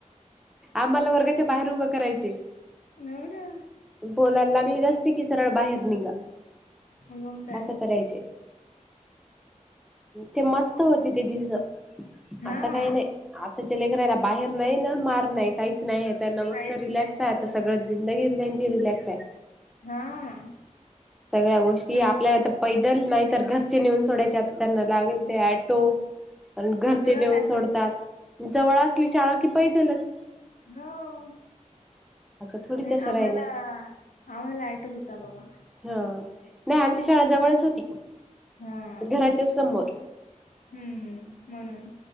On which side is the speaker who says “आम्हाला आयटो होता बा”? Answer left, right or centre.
Left